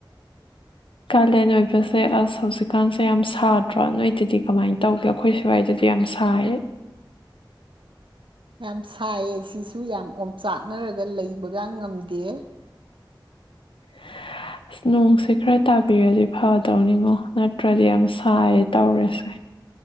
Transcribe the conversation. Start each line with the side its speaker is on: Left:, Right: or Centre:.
Left: ꯀꯥꯂꯦꯟ ꯑꯣꯏꯕꯁꯦ ꯑꯁ ꯍꯧꯖꯤꯛꯀꯥꯟꯁꯦ ꯌꯥꯝ ꯁꯥꯗ꯭ꯔꯣ ꯅꯣꯏꯗꯗꯤ ꯀꯃꯥꯏꯅ ꯇꯧꯒꯦ ꯑꯩꯈꯣꯏ ꯁ꯭ꯋꯥꯏꯗꯗꯤ ꯌꯥꯝ ꯁꯥꯏꯌꯦ
Right: ꯌꯥꯝ ꯁꯥꯏꯌꯦ ꯁꯤꯁꯨ ꯌꯥꯝ ꯑꯣꯝꯆꯥꯛꯅꯔꯒ ꯂꯩꯕꯒ ꯉꯝꯗꯦ
Left: <inaudible> ꯑꯁ ꯅꯣꯡꯁꯦ ꯈꯔ ꯇꯥꯕꯤꯔꯗꯤ ꯐꯗꯧꯅꯤꯉꯣ ꯅꯠꯇ꯭ꯔꯗꯤ ꯌꯥꯝ ꯁꯥꯏꯌꯦ ꯇꯧꯔꯤꯁꯦ